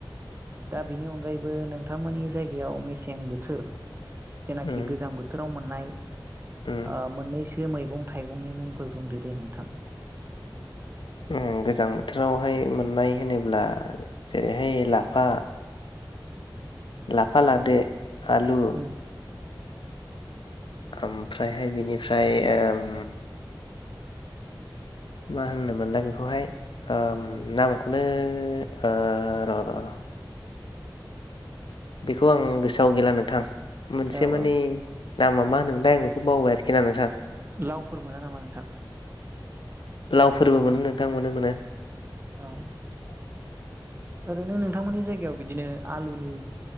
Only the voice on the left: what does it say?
उम
उम
ओम गोजां बोथोरावहाय मोननाय होनोब्ला जेरैहाय लाफा लाफा लादो आलु
ओमफ्रायहाय बिनिफ्राय ओम मा होनोमोनलाय बेखौहाय ओम नामखौनो ओ र' र' र' बेखौ आं गोसोआव गैला नोंथां। मोनसे
माने
नामा मा होनोमोनथाय आं बेखौ बावबाय आरोखि ना नोंथां
लावफोरबो मोनो नोंथां मोनो मोनो ।